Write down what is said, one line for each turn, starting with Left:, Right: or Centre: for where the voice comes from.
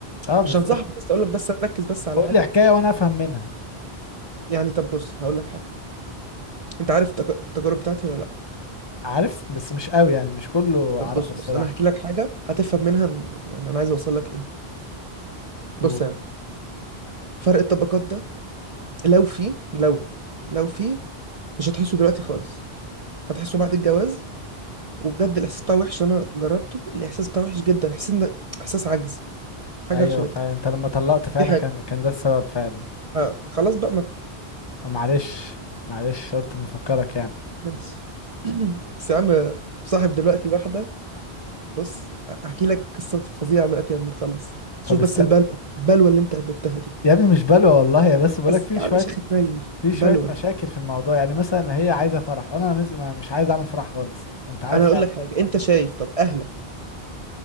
Left: اه بالظبط
Right: مش هنصحك بس اقول لك بس ركز بس على
Left: قول
Right: حاجه
Left: لي حكاية وانا افهم منها
Right: يعني طب بص هقول لك حاجه انت عارف تج- التجارب بتاعتي ولا لا
Left: عارف بس مش قوي يعني مش كله
Right: طب
Left: عارفه
Right: بص بص
Left: الصراحة
Right: انا هحكي لك حاجه هتفهم منها ان- يعني انا عايز اوصل لك ايه بص
Left: و-
Right: يا عم فرق الطبقات ده لو في لو لو في مش هتحسه دلوقتي خالص هتحسه بعد الجواز وبجد الاحساس بتاعه وحش انا جربته الاحساس بتاعه وحش جدا احساس ان- احساس عجز حاجه
Left: ايوه
Right: وحشه جدا
Left: فعلا انت لما طلقت فعلا
Right: دي حاجه
Left: كان كان ده السبب فعلا
Right: آه، خلاص بقى ما
Left: معلش معلش قلت مفكرك يعني
Right: ماشي <clears throat> بس يا عم صاحب دلوقتي واحدة بص احكي لك قصة فظيعة دلوقتي لما نخلص شوف
Left: طب
Right: بس
Left: است...
Right: البلوة البلوة اللي انت قبلتها دي
Left: يا ابني مش بلوى والله يا بس بقولك
Right: بس
Left: في
Right: يا
Left: شوية
Right: عم شيخ اتنين
Left: في شوية
Right: بلوة
Left: مشاكل في الموضوع يعني مثلا هي عايزة فرح وانا نفسي ما- مش عايز اعمل فرح خالص انت عارف
Right: انا هقول
Left: يعني
Right: لك حاجة انت شايف طب اهلك